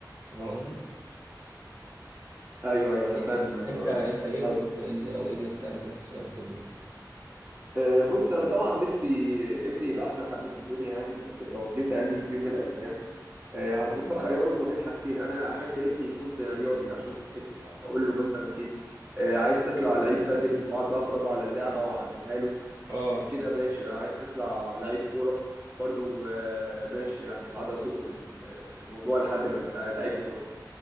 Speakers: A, on the right (about 70°); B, on the right (about 30°).
A: انت فاهم قصدي
B: ايوه ايوه انا
A: إيه-
B: فاهم
A: إيه-
B: آه،
A: انت انت ايه ممكن
B: قصدك
A: ت- لو ابنك سالك نفس السؤال هتقول له ايه
B: آه، بص انا طبعا نفسي ابني يبقى احسن حد في الدنيا يعني بس لو جه سالني في يوم من الايام آه، هكون بخيره ما بين حاجتين انا احب ابني يكون رياضي عشان صحته فهقول له مثلا ايه آه، عايز تطلع لعيب بادل واقعد بقى افرجه على اللعبه واعلمها له
A: اه
B: آه، كده ماشي عايز تطلع لعيب كوره برضو آه، ماشي يعني هقعد ازقه في ال- في الموضوع لحد ما يبقى لعيب كوره